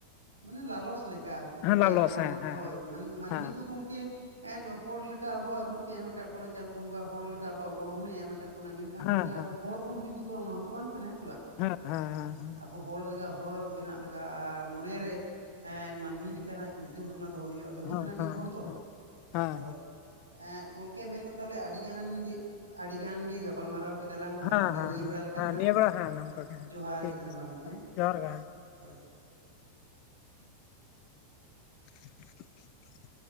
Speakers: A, on the right; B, on the left.
A: ᱢᱟᱱᱮ ᱞᱟᱞᱚᱥ ᱞᱮᱠᱟ ᱟᱨ ᱠᱤ ᱜᱚᱝᱠᱮ
B: ᱦᱮᱸ ᱞᱟᱞᱚᱥ
A: ᱟᱵᱚ
B: ᱦᱮᱸ ᱦᱮᱸ
A: ᱦᱳᱭ ᱢᱟᱱᱮ ᱢᱟᱹᱱᱢᱤ
B: ᱦᱮᱸ
A: ᱛᱚ ᱜᱚᱝᱠᱮ ᱠᱤ ᱮᱱ ᱦᱚᱲ ᱞᱮᱠᱟ ᱟᱵᱚᱣᱟᱜ ᱨᱩᱯᱮ ᱮᱢ ᱟᱠᱟᱫ ᱵᱚᱱᱟ ᱪᱟᱸᱫᱚ ᱵᱚᱸᱜᱟ ᱦᱚᱲ ᱞᱮᱠᱟ ᱟᱵᱚᱣᱟᱜ ᱜᱚᱲᱦᱚᱱᱮ ᱮᱢ ᱟᱠᱟᱫ ᱵᱚᱱᱟ ᱢᱮᱱᱠᱷᱟᱱ ᱠᱷᱟᱱ
B: ᱦᱮᱸ
A: ᱜᱚᱝᱠᱮ
B: ᱦᱮᱸ
A: ᱟᱵᱚ ᱦᱚᱲ ᱵᱚᱱ ᱦᱩᱭ ᱜᱚᱫᱚᱜᱼᱟ ᱚᱱᱟ ᱦᱚᱸᱛᱚ ᱵᱟᱝ ᱠᱟᱱᱟ ᱦᱮᱸ ᱥᱮ ᱵᱟᱝ?
B: ᱦᱮᱸ ᱦᱮᱸ ᱦᱮᱸ ᱦᱮᱸ
A: ᱟᱵᱚ ᱦᱚᱲ ᱞᱮᱠᱟ ᱦᱚᱲ ᱵᱮᱱᱟᱜ ᱞᱟᱜᱟᱜ ᱟ ᱢᱚᱱᱮᱨᱮ ᱮᱸ ᱢᱟᱹᱱᱢᱤ ᱞᱮᱠᱟᱱᱟᱜ ᱪᱤᱱᱛᱟᱹ ᱵᱷᱟᱵᱽᱱᱟ ᱫᱚᱦᱚᱭ ᱦᱩᱭᱩᱜᱼᱟ ᱛᱚᱵᱮ
B: ᱦᱮᱸ
A: ᱛᱚ ᱟᱱᱤᱡ ᱢᱤᱫ
B: ᱦᱮᱸ
A: ᱦᱚᱲ ᱫᱚ
B: ᱦᱮᱸ ᱦᱮᱸ
A: ᱦᱳᱭ ᱮᱸ ᱜᱚᱝᱠᱮ ᱢᱮᱱ ᱫᱚ ᱛᱟᱦᱚᱞᱮ ᱟᱹᱰᱤ ᱜᱟᱱ ᱜᱮ ᱟᱹᱰᱤᱜᱟᱱ ᱜᱮ ᱜᱟᱯ ᱜᱟᱯᱟᱞᱢᱟᱨᱟᱣ ᱠᱮᱫᱟ ᱞᱟᱝ
B: ᱦᱮᱸ
A: ᱢᱟ ᱛᱟᱦᱚᱞᱮ
B: ᱦᱮᱸ
A: ᱱᱤᱭᱟᱹ ᱵᱮᱲᱟ ᱞᱮᱠᱟ
B: ᱦᱮᱸ
A: ᱫᱚ ᱱᱟ
B: ᱱᱤᱭᱟᱹ
A: ᱦᱟᱸᱜ
B: ᱵᱮᱲᱟ ᱦᱮᱸ ᱱᱚᱝᱠᱟ ᱜᱮ ᱦᱮᱸ
A: ᱡᱚᱦᱟᱨ
B: ᱴᱷᱤᱠ
A: ᱜᱮ ᱛᱟᱦᱚᱞᱮ ᱢᱟ ᱜᱚᱢᱠᱮ
B: ᱡᱚᱦᱟᱨ ᱜᱮ
A: <unintelligible>
B: <inaudible>